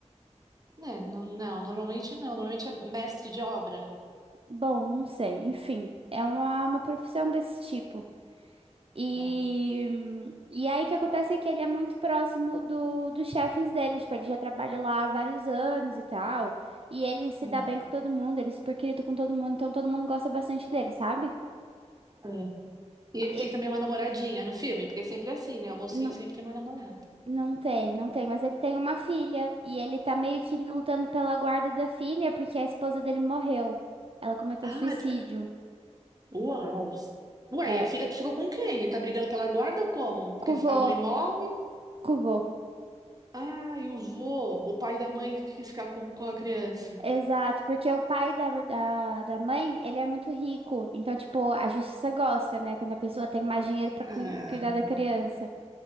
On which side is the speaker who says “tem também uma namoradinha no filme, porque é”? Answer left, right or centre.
Right